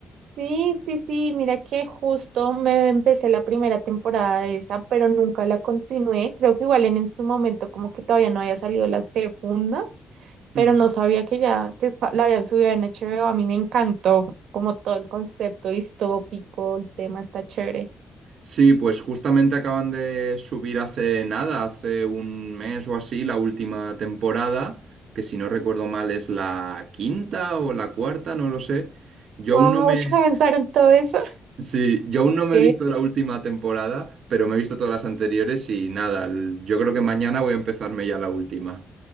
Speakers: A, on the right (about 80°); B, on the right (about 55°).
A: Sí, sí, sí, mira que justo me empecé la primera temporada de esa, pero nunca la continué. Creo que igual en en su momento como que todavía no había salido la segunda, pero
B: Mm.
A: no sabía que ya que esta- la habían subido en HBO. A mí me encantó como todo el concepto distópico, el tema está chévere.
B: Sí, pues justamente acaban de subir hace nada, hace un mes o así, la última temporada, que si no recuerdo mal es la quinta o la cuarta, no lo sé. Yo
A: Wow,
B: aún no me...
A: <laughs> ya pensaron todo eso.
B: Sí, yo aún
A: Ok,
B: no me he visto la última temporada, pero me he visto todas las anteriores y nada, l- yo creo que mañana voy a empezarme ya la última.